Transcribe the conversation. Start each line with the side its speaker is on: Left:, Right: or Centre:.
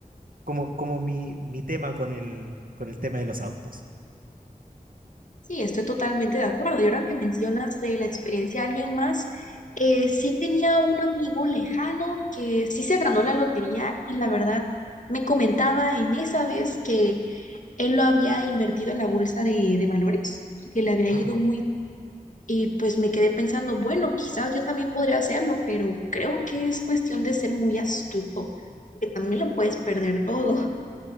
Right: como, como mi, mi tema con el, con el tema de los autos.
Left: Sí, estoy totalmente de acuerdo. Y ahora que mencionas de la experiencia de alguien más, eh, sí tenía un amigo lejano que sí se ganó la lotería y la verdad me comentaba en esa vez que él lo había invertido en la bolsa de, de valores y que le había
Right: Ah,
Left: ido muy... Y pues me quedé pensando, bueno, quizás yo también podría hacerlo, pero creo que es cuestión de ser muy astuto, porque también lo puedes perder todo.